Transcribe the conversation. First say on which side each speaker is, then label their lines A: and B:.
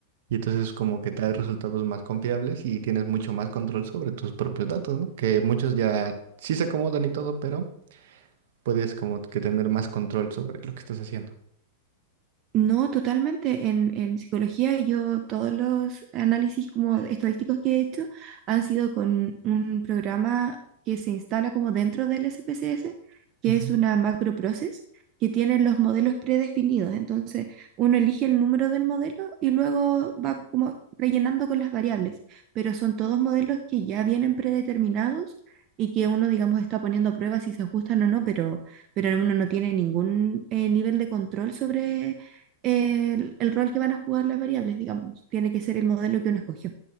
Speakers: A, on the right; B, on the right.
A: Y entonces como que trae resultados más confiables y tienes mucho más control sobre tus propios datos, ¿no? Que muchos ya sí se acomodan y todo, pero puedes como que tener más control sobre lo que estás haciendo.
B: No, totalmente. En, en psicología yo todos los análisis como estadísticos que he hecho han sido con un programa que se instala como dentro del SPSS, que
A: Ujú.
B: es una macro process que tiene los modelos predefinidos. Entonces uno elige el número del modelo y luego va como rellenando con las variables, pero son todos modelos que ya vienen predeterminados y que uno, digamos, está poniendo a prueba si se ajustan o no, pero, pero uno no tiene ningún eh, nivel de control sobre el, el rol que van a jugar las variables, digamos. Tiene que ser el modelo que uno escogió.